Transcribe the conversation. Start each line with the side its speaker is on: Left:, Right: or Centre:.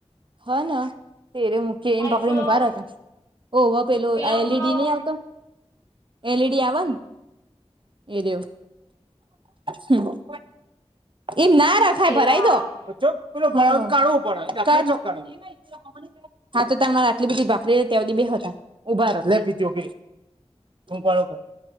Right: હ ન એરો મૂક કે
Left: લાઈટ
Right: એમ પકડીને
Left: કરો
Right: ઉભા રેતા ઓ વા પેલો
Left: તે લોકોનો
Right: એલઈડી નહી આવતો. એલઈડી આવને એ રેયુ. હું. એમ ના રખાય
Left: હેરો
Right: ભરાય
Left: હારો
Right: દો ચો પેલુ કા કાળું પડે. <inaudible> હા તો તમાર આટલી બધી ભાખરી હતી તેવી દિ બે હતા. ઉભારો લે બીજો બી. હું પાળો.